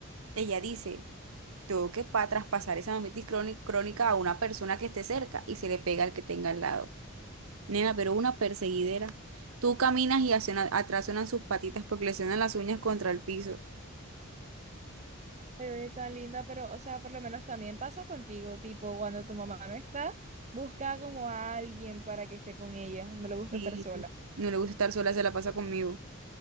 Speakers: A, on the right; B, on the right.
A: ella dice, tengo que pa traspasar esa mamitis croni- crónica a una persona que esté cerca y se le pega al que tenga al lado. Nena, pero una perseguidera. Tú caminas y hacia- atrás suenan sus patitas porque le suenan las uñas contra el piso.
B: <laughs> Te ve tan linda, pero o sea, por lo menos también pasa contigo, tipo, cuando tu mamá no está, busca como a alguien para que esté con ella, no le gusta
A: Y
B: estar sola.
A: no le gusta estar sola, se la pasa conmigo.